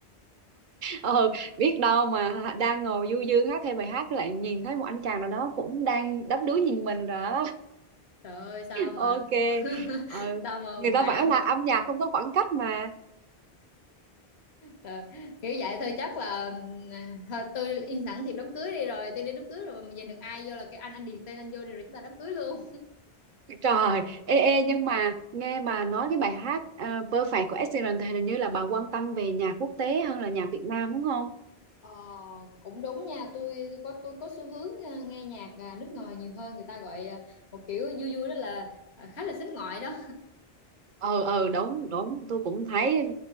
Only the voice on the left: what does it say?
<laughs>
trời ơi sao mà
<laughs>
sao mà
vẽ
ra một
trời, kiểu vậy thôi chắc là ừm, ờ, thôi tôi in sẵn thiệp đám cưới đi rồi tôi đi đám cưới rồi mà mình nhìn được ai vô là cái anh anh điền tên anh vô đi rồi chúng ta đám cưới luôn
Ờ, cũng đúng nha tôi, tôi có tôi có xu hướng ờ, nghe nhạc ờ, nước ngoài nhiều hơn người ta gọi ờ, một kiểu vui vui đó là ờ, khá là sính ngoại đó